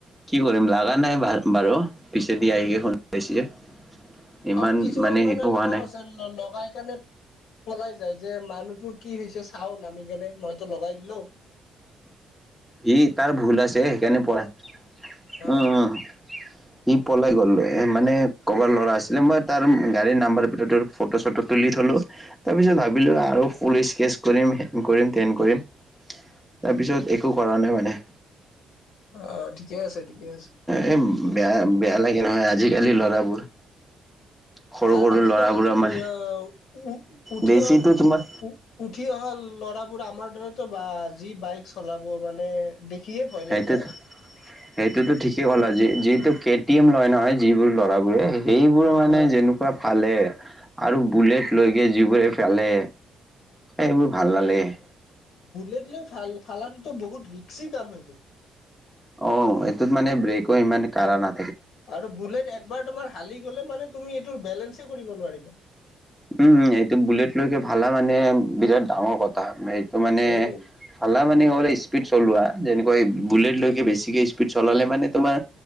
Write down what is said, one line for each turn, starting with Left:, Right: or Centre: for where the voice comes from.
Centre: কি কৰিম? লাগা নাই বা- বাৰু। পিছেদি আহিকে খুন্দাইছে। ইমান
Left: অ' কিছুমান
Centre: মানে
Left: মানুহ
Centre: সেইটো
Left: এনেকুৱাও
Centre: হোৱা নাই
Left: আছে। লগাই কেনে পলাই যাই যে। মানুহটোৰ কি হৈছে? চাওঁ নামিকেনে মইতো লগাই দিলোঁ
Centre: সি তাৰ ভুল আছে, সেইকাৰণে পলা-
Left: হয়
Centre: উম - উম সি পলাই গ'ল। এ মানে ক'বাৰ ল'ৰা আছিলে। মই তাৰ গাড়ীৰ নাম্বাৰ ভিতৰত ফটো-চটো তুলি থলোঁ। তাৰপিছত ভাবিলোঁ আৰু পুলিচ কেচ কৰিম, হেন কৰিম, তেন কৰিম তাৰপিছত একো কৰা নাই মানে।
Left: অ' ঠিকে আছে - ঠিকে আছে।
Centre: এ বেয়া- বেয়া লাগে নহয়, আজিকালি ল'ৰাবোৰ। সৰু
Left: আ-
Centre: সৰু
Left: আজিকালিতো
Centre: ল'ৰাবোৰ আমাৰ
Left: নিঅ'- উ- উঠি
Centre: বেছিতো
Left: অ
Centre: তোমাৰ
Left: উ- উঠি অহা ল'ৰা বোৰ আমাৰ দৰেতো, বা যি বাইক চলাব মানে, দেখিয়ে ভয়
Centre: সেইটো
Left: লাগি যায়।
Centre: সেইটোতো ঠিকেই ক'লা। যি- যিটো কে টি এম লয় নহয়, যিবোৰ ল'ৰাবোৰে সেইবোৰ মানে
Left: হয়
Centre: যেনেকুৱা ফালে আৰু বুলেট লৈকে যিবোৰে ফালে, এইবোৰ ভাল নালাগে্
Left: বুলেট লৈ ফাল- ফালানটো বহুত ৰিক্সি কাম হৈ যায়।
Centre: অ' এইটোত মানে ব্ৰেকো ইমান কাঢ়া না
Left: আৰু বুলেট একবাৰ তোমাৰ হালি গ'লে মানে, তুমি এইটোৰ বেলেঞ্চে কৰিব নোৱাৰিবা।
Centre: উম, এইটো বুলেট লৈকে ফালা মানে, বিৰাট ডাঙৰ কথা। টো মানে,
Left: উম,
Centre: ফালা মানে স্পীড চলোৱা, যেনেকুৱা বুলেট লৈকে বেছিকে স্পীড চলালে মানে তোমাৰ